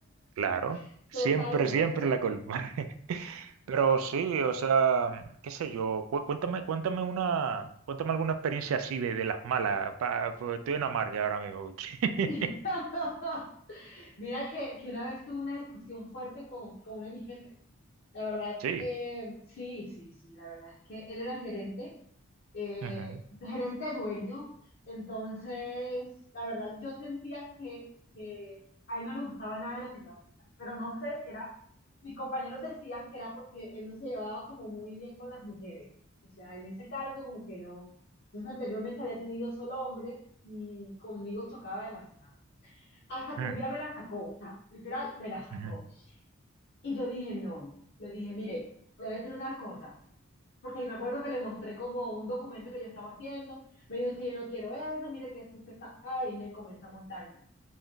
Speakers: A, on the right; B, on the left.
A: Claro,
B: <laughs>
A: siempre,
B: Totalmente.
A: siempre la culpa. <laughs> Pero sí, o sea, qué sé yo, cu- cuéntame, cuéntame una, cuéntame alguna experiencia así de, de las malas, pa- porque estoy en amarga ahora mismo. <laughs>
B: <laughs> Mira que, que una vez tuve una discusión fuerte con, con uno de mis jefes. La verdad,
A: Sí.
B: eh, sí, sí, sí, la verdad es que él era el gerente, eh,
A: Ujú,
B: gerente dueño, entonces, la verdad, yo sentía que, que a él no le gustaba nada de lo que yo hacía, pero no sé si era, mis compañeros decían que era porque él no se llevaba como muy bien con las mujeres, o sea, en ese cargo como que no. Entonces, anteriormente había tenido solo hombres y conmigo chocaba demasiado. Hasta
A: ujú,
B: que un día me la sacó, o sea, literal, me la sacó.
A: ujú,
B: Y yo dije, no, le dije, mire, le voy a decir una cosa, porque me acuerdo que le mostré como un documento que yo estaba haciendo, me dijo, es que yo no quiero eso, mire que esto usted está, ay, no, y comenzó a montarme.